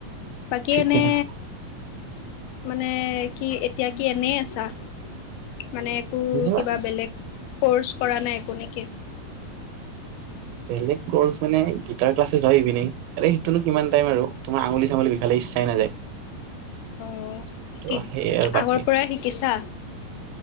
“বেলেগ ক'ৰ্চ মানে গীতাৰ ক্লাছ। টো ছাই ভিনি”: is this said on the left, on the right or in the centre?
Right